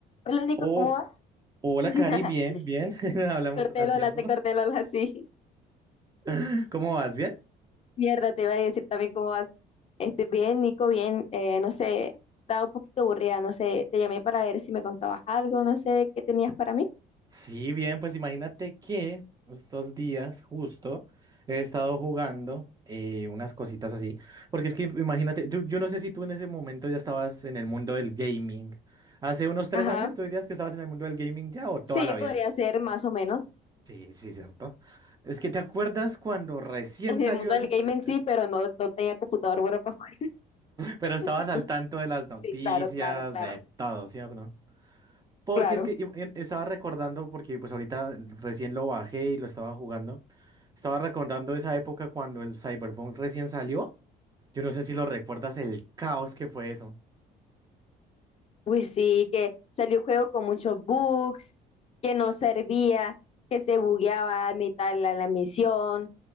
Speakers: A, on the left; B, on the right.
A: Hola Nico,
B: Oh,
A: ¿cómo vas?
B: hola,
A: <laughs>
B: Cari, bien, bien. <laughs> Hablamos
A: Te corté
B: al
A: el hola,
B: tiempo.
A: te corté el hola, sí.
B: <laughs> ¿Cómo vas? ¿Bien?
A: Mierda, te iba a decir también cómo vas. Este, bien, Nico, bien. Eh, no sé, estaba un poquito aburrida, no sé, te llamé para ver si me contabas algo, no sé, qué tenías para mí.
B: Sí, bien, pues imagínate que estos días justo he estado jugando eh, unas cositas así, porque es que imagínate, tú- yo no sé si tú en ese momento ya estabas en el mundo del gaming. Hace unos tres
A: Ajá.
B: años, ¿tú dirías que estabas en el mundo del gaming ya o toda
A: Sí,
B: la vida?
A: podría ser más o menos
B: Sí, sí, cierto. Es que te acuerdas cuando recién
A: en
B: salió
A: el mundo
B: el...
A: del game
B: <laughs>
A: en sí, pero no, no tenía computador bueno para jugar.
B: Pero estabas
A: <laughs>
B: al
A: Pues,
B: tanto de las noticias,
A: sí, claro, claro, claro,
B: de todo, ¿sí o no? Porque
A: claro.
B: es que im- en- estaba recordando, porque pues ahorita recién lo bajé y lo estaba jugando. Estaba recordando esa época cuando el Cyberpunk recién salió. Yo no sé si lo recuerdas, el caos que fue eso.
A: Uy, sí, que salió un juego con muchos bugs, que no servía, que se bugueaba a mitad de la la misión.